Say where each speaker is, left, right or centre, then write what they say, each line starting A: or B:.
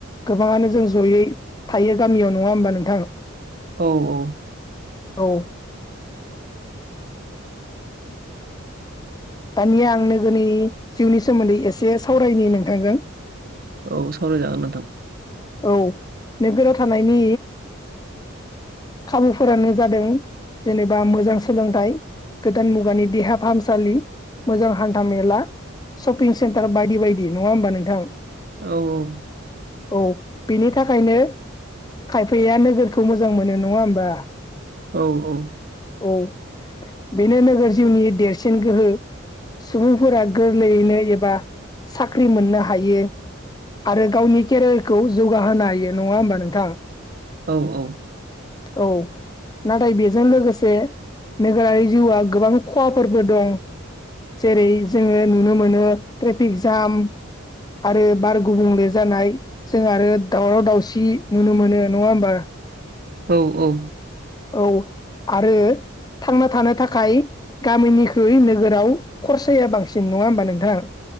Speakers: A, on the left (about 20°); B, on the right (about 45°).
A: गोबाङानो जों जयै थायो गामियाव नङा होमबा नोंथां
B: औ औ
A: औ दानिया आं नोगोरनि जिउनि सोमोन्दै एसे सावरायनि नोंथोजों
B: औ सावरायजागोन नोंथां।
A: औ नोगोराव थानायनि खाबुफोरानो जादों जेनेबा मोजां सोलोंथाइ। गोदान मुगानि देहा फाहामसालि, मोजां हान्था मेला सपिं सेन्टार बायदि बायदि नङा होमबा नोंथां?
B: औ औ।
A: औ बेनि थाखायनो खायफाया नोगोरखौ मोजां मोनो नङा होमबा?
B: औ औ।
A: औ बेनो नोगोर जिउनि देरसिन गोहो। सुबुंफोरा गोरलैयैनो एबा साख्रि मोननो हायो आरो गावनि केरियारखौ जौगाहोनो हायो नङा होमबा नोंथां?
B: औ औ।
A: औ नाथाय बेजों लोगोसे नोगोरारि जिउआ गोबां खहाफोरबो दं। जेरै जोङो नुनो मोनो ट्रेफिक जाम आरो बार गुबुंले जानाय। जों आरो दावराव दावसि नुनो मोनो नङा होमबा?
B: औ औ।
A: औ आरो थांना थानो थाखाय गामिनिख्रुइ नोगोराव खरसाया बांसिन नङा होमबा नोंथां?